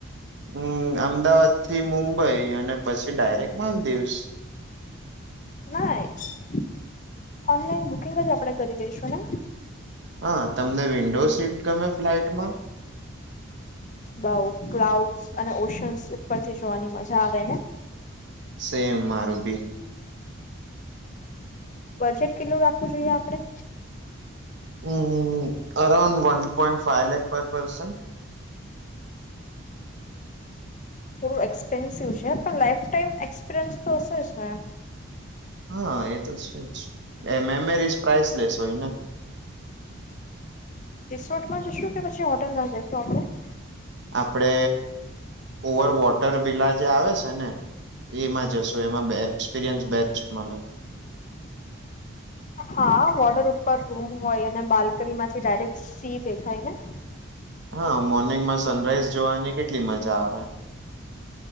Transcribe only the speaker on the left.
નાઇસ. ઓનલાઈન બુકિંગ જ આપણે કરી દઈશું ને.
બઉ ક્લાઉડ અને ઓશન્સ ઉપર થી જોવાની મજા આવે ને.
બજેટ કેટલું રાખવું જોઈએ આપડણે.
થોડું એક્સપેન્સિવ છે પણ લાઈફ ટાઈમ એક્સપિરિયન્સ તો હશે જ ને.
રિસોર્ટમાં જશું કે પછી હોટલમાં જશું આપણું.
હા વોર્ડર ઉપર રૂમ હોય અને બાલ્કની માંથી ડાયરેક્ટ સી દેખાય ને.